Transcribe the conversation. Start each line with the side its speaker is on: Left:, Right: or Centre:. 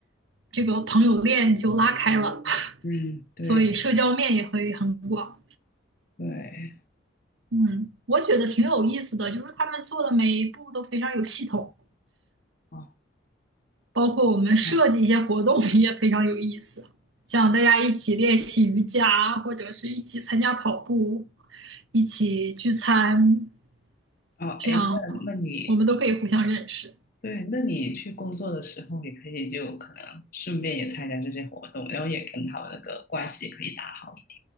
Right: 这个朋友链就拉开了，
Left: 嗯，
Right: <laughs>
Left: 对
Right: 所以社交面也会很广。
Left: 对
Right: 嗯，我觉得挺有意思的，就是他们做的每一步都非常有系统，
Left: 哦
Right: 包括我们设计一些活动
Left: 哦
Right: <laughs> 也非常有意思，像大家一起练习瑜伽，或者是一起参加跑步，一起聚餐，
Left: 哦，
Right: 这样
Left: 哎，那那你
Right: 我们都可以互相认识。
Left: 对，那你去工作的时候，也可以就可能顺便也参加这些活动，然后也跟他们那个关系可以打好一